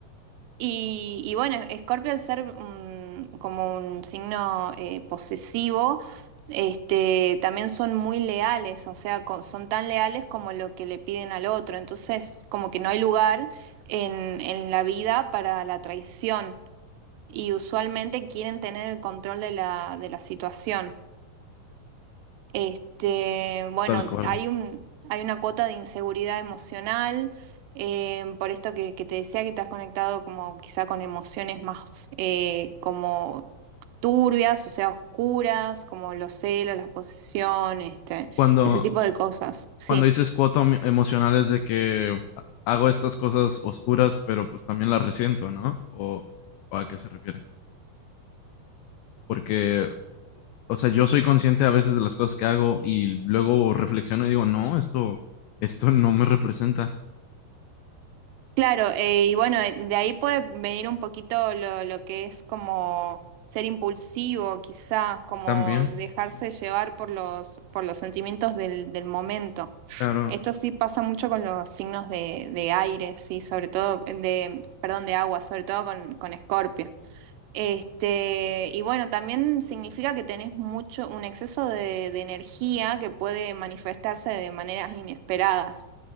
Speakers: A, on the right; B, on the left.
A: Y, y bueno, Escorpio al ser un- como un signo eh, posesivo, este, también son muy leales, o sea, co- son tan leales como lo que le piden al otro. Entonces, como que no hay lugar en, en la vida para la traición y usualmente quieren tener el control de la, de la situación. Este, bueno,
B: tal cual.
A: hay un, hay una cuota de inseguridad emocional, eh, por esto que, que te decía que te has conectado como quizá con emociones más eh, como turbias, o sea, oscuras, como los celos, la posesión, este,
B: Y cuando,
A: ese tipo de cosas, sí.
B: Cuando dices cuota emo- emocional es de que hago estas cosas oscuras, pero pues también las resiento, ¿no? ¿O, o a qué se refiere? Porque, o sea, yo soy consciente a veces de las cosas que hago y luego reflexiono y digo, no, esto, esto no me representa
A: Claro, eh, y bueno, eh, de ahí puede venir un poquito lo, lo que es como ser impulsivo, quizá, como
B: también.
A: dejarse
B: Sí.
A: llevar por los, por los sentimientos del, del momento.
B: Claro.
A: Esto sí pasa mucho con los signos de, de aire, sí, sobre todo, de, perdón, de agua, sobre todo con, con Escorpio. Este, y bueno, también significa que tenés mucho, un exceso de, de energía que puede manifestarse de maneras inesperadas.